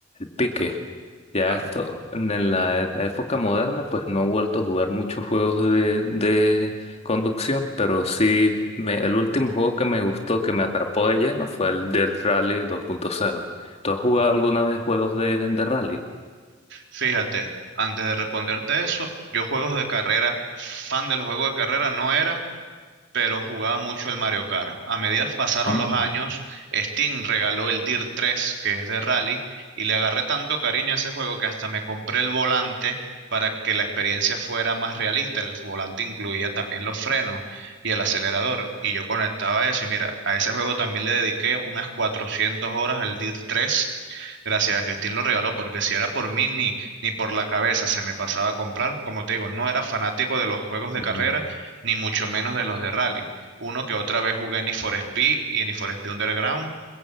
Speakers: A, on the left (about 30°); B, on the right (about 60°).
A: pique. Ya
B: Claro.
A: esto, en la e- época moderna, pues no he vuelto a jugar muchos juegos de, de conducción, pero sí, me- el último juego que me gustó, que me atrapó de lleno, fue el Dirt Rally dos punto cero ¿Tú has jugado alguna vez juegos de, de rally?
B: Fíjate, antes de responderte eso, yo juegos de carrera, fan de los juegos de carrera no era, pero jugaba mucho el Mario Kart. A medida que pasaron
A: Ah,
B: los años, Steam regaló el DIR 3, que es de rally, y le agarré tanto cariño a ese juego que hasta me compré el volante para que la experiencia fuera más realista. El volante incluía también los frenos y el acelerador, y yo conectaba eso. Y mira, a ese juego también le dediqué unas 400 horas al DIR 3. Gracias a que Steam lo regaló, porque si era por mí ni, ni por la cabeza se me pasaba a comprar. Como te digo, no era fanático de los juegos de carrera,
A: mm,
B: ni mucho menos de los de rally. Uno que otra vez jugué en Need for Speed y en Need for Speed Underground,